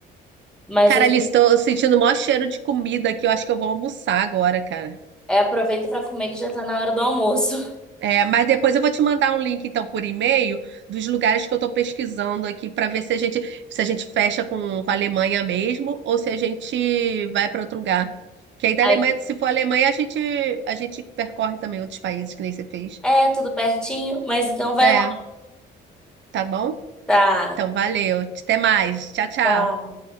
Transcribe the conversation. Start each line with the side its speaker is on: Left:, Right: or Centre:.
Centre: Mas
Right: Cara,
Centre: assim.
Right: ali estou sentindo o maior cheiro de comida aqui, eu acho que eu vou almoçar agora, cara.
Centre: É, aproveita pra comer que já tá na hora do almoço.
Right: É, mas depois eu vou te mandar um link, então, por e-mail, dos lugares que eu estou pesquisando aqui para ver se a gente, se a gente fecha com, com a Alemanha mesmo ou se a gente vai para outro lugar. Que aí da
Centre: Aí,
Right: Alemanha, se for a Alemanha, a gente, a gente percorre também outros países que nem você fez.
Centre: é, tudo pertinho, mas então vai
Right: É,
Centre: lá.
Right: tá bom?
Centre: Tá,
Right: Então, valeu. Até mais. Tchau, tchau.
Centre: tá.